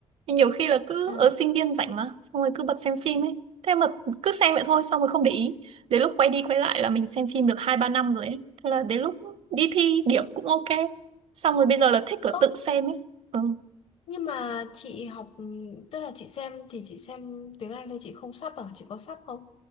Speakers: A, on the right; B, on the left.
A: Nhưng nhiều khi là cứ
B: Ờ
A: ở sinh viên rảnh mà, xong rồi cứ bật xem phim ấy. Thế mà cứ xem vậy thôi xong rồi không để ý. Đến lúc quay đi quay lại là mình xem phim được 2 3 năm rồi ấy. Thế là đến lúc đi thi điểm cũng ok. Xong rồi bây giờ là thích là
B: Ơ,
A: tự xem ấy. Ừ.
B: nhưng mà chị học tức là chị xem thì chị xem tiếng Anh thôi chị không sub à chị có sub không